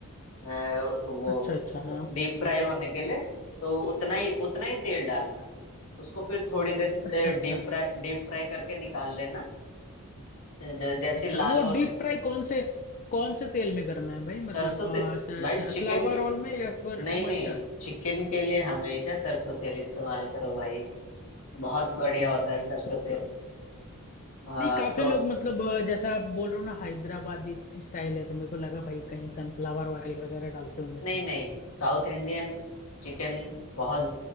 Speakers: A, on the left; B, on the left.
A: अ, वो
B: अच्छा अच्छा हाँ
A: डीप फ्राई होने के लिए तो उतना ही उतना ही तेल डालना उसको फिर थोड़ी देर
B: अच्छा अच्छा
A: डीप फ्राई डीप फ्राई करके निकाल लेना ज, जैसे
B: अच्छा
A: लाल
B: वो
A: होने
B: डीप फ्राई कौन से कौन से तेल में करना है भाई
A: सरसों
B: मतलब अ,
A: तेल
B: स-
A: भाई चिकन
B: सनफ्लावर
A: के
B: ऑयल में या फिर
A: नहीं
B: मस्टर्ड
A: नहीं चिकन के लिए हमेशा सरसों तेल इस्तेमाल करो भाई
B: अच्छा
A: बहुत बढ़िया
B: ठीक
A: होता
B: है भाई
A: है सरसों
B: फिर
A: तेल
B: तो
A: हाँ
B: नहीं काफी
A: तो
B: लोग मतलब अ, जैसा आप बोल रहे हो ना हैदराबादी स्टाइल है तो मेरे को लगा भाई कहीं सनफ्लावर ऑयल वगैरह डालते होंगे इसमें
A: नहीं नहीं साउथ इंडियन चिकन बहुत